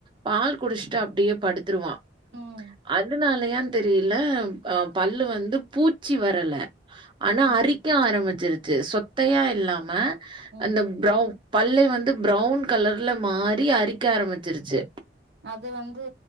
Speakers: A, on the right (about 25°); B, on the right (about 65°).
A: பால் குடிச்ட்டு அப்டியே படுத்துருவா
B: ம்
A: அதனாலயான் தெரிய்ல அ பல்லு வந்து பூச்சி வரல அனா
B: ம்
A: அரிக்க ஆரமிச்சிருச்சு சொத்தையா இல்லாம
B: ம்
A: அந்த ப்ரெளன் பல்லே வந்து ப்ரௌன் கலர்ல மாறி அரிக்க ஆரமிச்சிருச்சு
B: அது வந்து